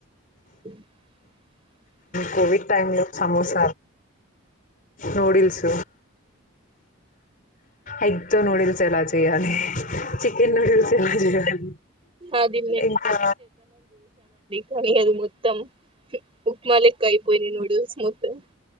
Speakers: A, on the right; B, on the left.
A: ఉ
B: కోవిడ్ టై లో సమోస నూడిల్స్ ఎగ్ తో నూడిల్స్ ఎలా చేయాలి చికెన్ నూడిల్స్ ఎలా చేయాలి
A: అది
B: ఇంకా
A: కాని అది మొత్తం ఉప్మా లెక్క ఐపోయింది నూడిల్స్ మొత్తం